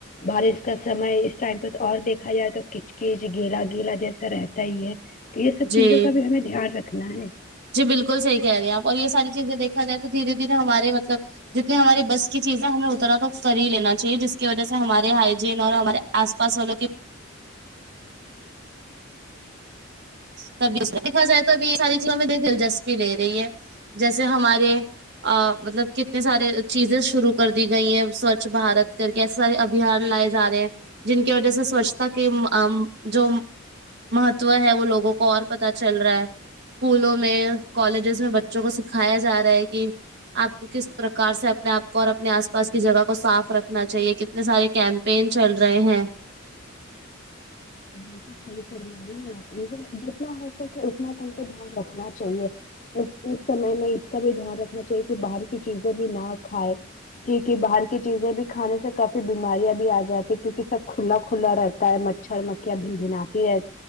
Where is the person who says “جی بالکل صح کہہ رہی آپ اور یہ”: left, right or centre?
Right